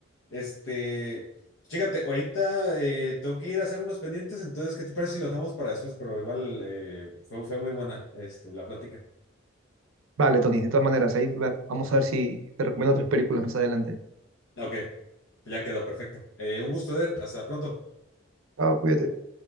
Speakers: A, on the left; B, on the right.
A: Este, chécate, ahorita eh, tengo que ir a hacer unos pendientes, entonces, ¿qué te parece si lo dejamos para después? Pero igual eh, fue, fue muy buena este, la plática.
B: Vale, Tony, de todas maneras, ahí va- vamos a ver si te recomiendo otras películas más adelante.
A: Ok, pues ya quedó, perfecto. Eh, un gusto, Eder, hasta pronto.
B: Chao, cuídate.